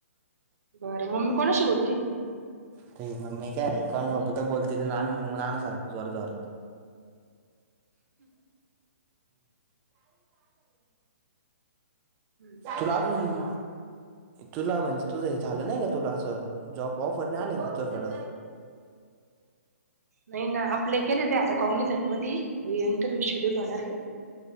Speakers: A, on the right; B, on the right.
A: बरं मम्मी कोणाशी बोलती
B: अरे मम्मी कायण सोबत बोलतेथ नान नाना सारखं जोर जोरत <inaudible>
A: हं.
B: तुला अजून
A: <unintelligible>
B: तुला म्हणजे तुझ हे झालं नाही का तुला असं जॉब ऑफर नाही आलंय का तुझकडं
A: नाही ना आपला केलं नाही आता कॉगिजट म इंटरव्ह्यू शेड्यूल होणार आहे